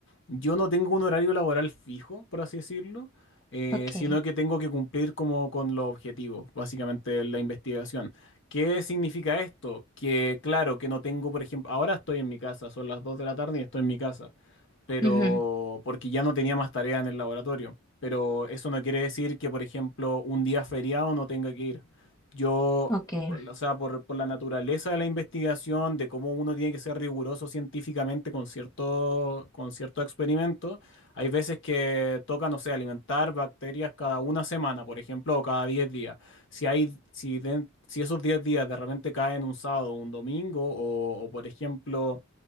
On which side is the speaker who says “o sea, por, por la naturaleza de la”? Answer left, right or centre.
Left